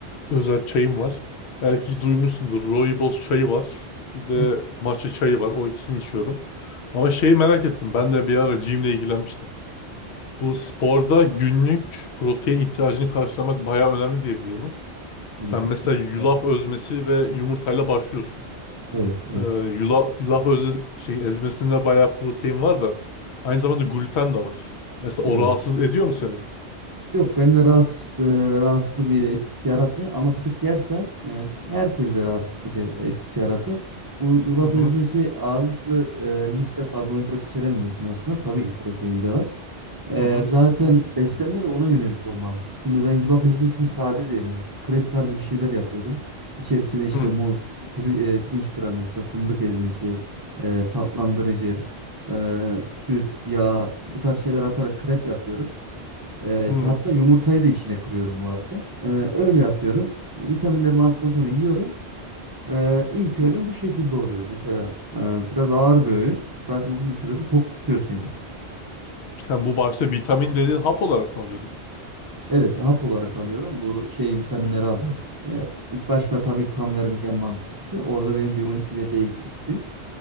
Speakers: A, on the left; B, on the right.
A: Özel çayım var. Belki duymuşsundur. Rooibos çayı var. Bir de
B: Hı,
A: matcha çayı var. O ikisini içiyorum. Ama şeyi merak ettim. Ben de bir ara gym'le ilgilenmiştim. Bu sporda günlük protein ihtiyacını karşılamak bayağı önemli diye biliyorum.
B: Tabii
A: Sen
B: kesinlikle.
A: mesela yulaf özmesi ve yumurtayla başlıyorsun.
B: Evet, evet.
A: Ee, yulaf, yulaf özü, şey, ezmesinde bayağı protein var da aynı zamanda gluten de var. Mesela
B: Evet.
A: o rahatsız ediyor mu seni?
B: Yok bende rahatsız, e, rahatsızlık etkisi yaratmıyor ama sık yersen e, herkeste rahatsızlık e- etkisi yaratır. Bu yulaf
A: Hı hı
B: ezmesi ağırlıklı e, lif ve karbonhidrat içeren bir besin aslında. Tabii ki proteini de var. E,
A: hı hı
B: zaten beslenme de ona yönelik olmalı. Şimdi ben yulaf ezmesini sade de yemiyorum. Krep tarzı bir şeyler yapıyorum. İçerisine işte
A: hı
B: muz, pir- e, pirinç kreması, fındık ezmesi, e, tatlandırıcı, e, süt, yağ bu tarz şeyler atarak krep yapıyorum. Ee,
A: hı.
B: hatta yumurtayı da içine kırıyorum bu arada. Ee, öyle yapıyorum. Vitaminlerimi aldıktan sonra yiyorum. Ee, ilk öğünüm
A: hı.
B: bu şekilde oluyor. Mesela e, biraz ağır bir öğün. Zaten uzun bir sürede tok tutuyor seni.
A: Sen bu başta vitamin dediğin hap olarak mı alıyordun?
B: Evet, hap olarak alıyorum. Bu şey vitaminleri alıyorum. Ee, ilk başta tabii kan vermek en mantıklısı. Orada benim B12 ile D eksikti.